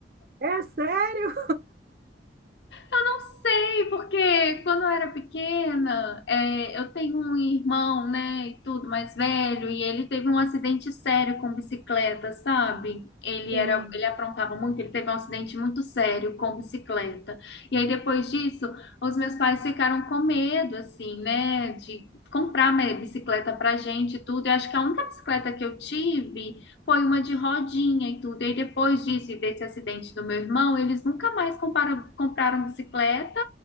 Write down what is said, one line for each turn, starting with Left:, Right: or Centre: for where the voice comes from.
Right: É sério?
Left: Eu não sei, porque quando eu era pequena, é, eu tenho um irmão, né, e tudo mais velho, e ele teve um acidente sério com bicicleta, sabe? Ele
Right: Sim,
Left: era, ele aprontava muito, ele teve um acidente muito sério com bicicleta. E aí depois disso, os meus pais ficaram com medo, assim, né, de comprar uma bicicleta pra gente e tudo. Eu acho que a única bicicleta que eu tive foi uma de rodinha e tudo. E aí, depois disso e desse acidente do meu irmão, eles nunca mais comparam- compraram bicicleta,